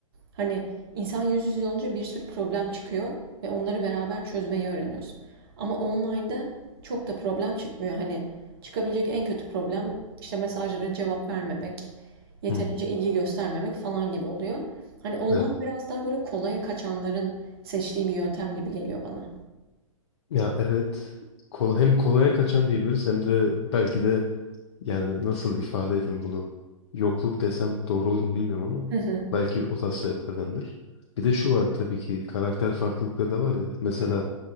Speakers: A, on the right (about 45°); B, on the left (about 55°).
A: Hani insan yüz yüze olunca bir sürü problem çıkıyor ve onları beraber çözmeyi öğreniyorsun. Ama online'da çok da problem çıkmıyor. Hani çıkabilecek en kötü problem işte mesajlara cevap vermemek, yeterince
B: hı hı.
A: ilgi göstermemek falan gibi oluyor. Hani online
B: Evet.
A: biraz daha böyle kolaya kaçanların seçtiği bir yöntem gibi geliyor bana.
B: Ya evet. Kol, hem kolaya kaçan diyebiliriz hem de belki de yani nasıl ifade edeyim bunu? Yokluk desem doğru olur mu bilmiyorum ama
A: Hı hı.
B: belki o tarz sebeplerdendir. Bir de şu var tabii ki karakter farklılıkları da var ya. Mesela